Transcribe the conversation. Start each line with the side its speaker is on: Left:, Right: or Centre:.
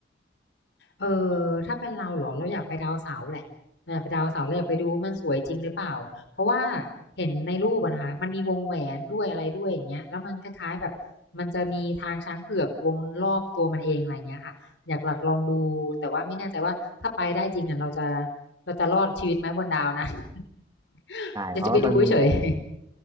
Left: เออถ้าเป็นเราเหรอเราอยากไปดาวเสาร์แหละเราอยากไปดาวเสาร์เราอยากไปดูมันสวยจริงหรือเปล่าเพราะว่าเห็นในรูปอะนะคะมันมีวงแหวนด้วยอะไรด้วยอย่างเงี้ยแล้วมันคล้ายๆแบบมันจะมีทางช้างเผือกวงรอบตัวมันเองอะไรเงี้ยค่ะอยากหลักลองดูแต่ว่าไม่แน่ใจว่าถ้าไปได้จริงเนี่ยเราจะเราจะรอดชีวิตไหมบนดาวนะ <laughs>
Right: ใช่เพราะว่ามันมี
Left: อยากจะไปดูเฉยๆ